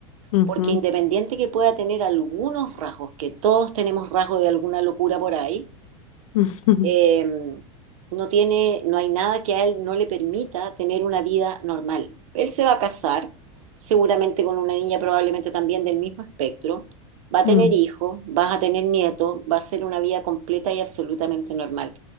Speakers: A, on the left; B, on the right.
A: Ujú.
B: porque independiente que pueda tener algunos rasgos, que todos tenemos rasgos de alguna locura por ahí,
A: <laughs>
B: eh, no tiene, no hay nada que a él no le permita tener una vida normal. Él se va a casar, seguramente con una niña probablemente también del mismo espectro, va a tener
A: Mm.
B: hijos, vas a tener nietos, va a ser una vida completa y absolutamente normal.